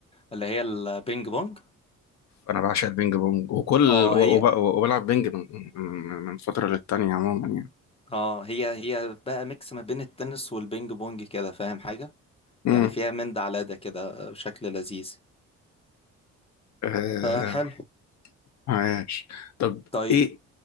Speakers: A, on the left (about 20°); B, on the left (about 65°).
A: اللي هي البينج بونج
B: أنا بعشق البينج بونج وكل
A: اه
B: و-
A: هي
B: وب- وبلعب بينج من من- من فترة للتانية عموما يعني
A: اه هي هي بقى ميكس ما بين التنس والبينج بونج كده فاهم حاجة
B: امم
A: يعني فيها من ده على ده كده بشكل لذيذ
B: آه...
A: فحلو
B: عايش طب
A: طيب
B: إيه